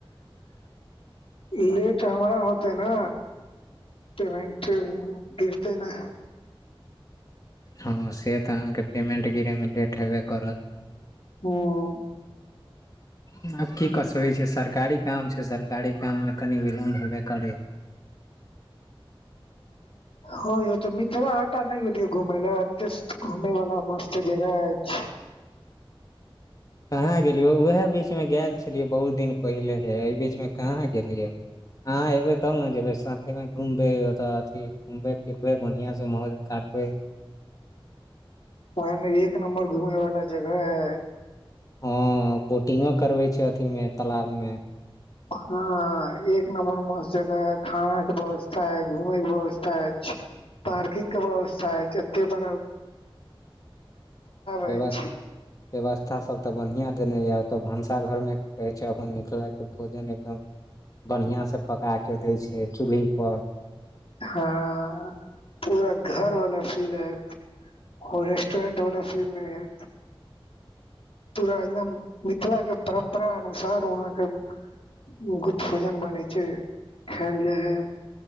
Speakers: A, on the left (about 75°); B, on the left (about 40°).
A: लेट हमरा होते ने पेमेंट गिरते ने
B: हँ से तऽ अहाँके पेमेंट गिरेमे लेट हेबे करत
A: हऽ
B: <inaudible> आब की कऽ सकै छिये सरकारी काम छैय सरकारी काममे कनि विलम्ब हेबे करै
A: हँ यौ तऽ मिथिला हाट नहि गेलियै घूमेय ले एत घूमय वाला मस्त जगह अछि
B: कहाँ गेलियै उएह बीचमे गेल छलियै बहुत दिन पहिले ‌ एहि बीचमे कहाँ गेलियै आहाॅं एबै तब ने जेबै साथमे घुमबैऽ ओतऽ अथि घूमबे फिरबे बढ़ियां से मौज काटबै
A: ओहेमे एक नम्बर घूमै वाला जगह अय
B: हॅं बोटिंगो करबे छैय अथी में तालाब में
A: हँ एक नम्बर मस्त जगह है खाना के व्यवस्था है घूमेय के व्यवस्था अछि पार्किंग कऽ व्यवस्था ऐछ हते बड़
B: व्यवस्थ
A: अछि
B: व्यवस्था सभ तऽ बढ़िआँ देने य ओतऽ भनसाघरमे कहै छैय अपन मिथिलाके भोजन एकदम बढ़िआँ सँ पकाके दै छैय चूल्ही पर
A: हँ पूरा घर वाला फील आयत होरेस्ट ट्रेंड वाला फील ने आयत पूरा एकदम मिथिला के परम्परा अनुसार वहाँके उको भोजन बनै छैय खायल जाइ है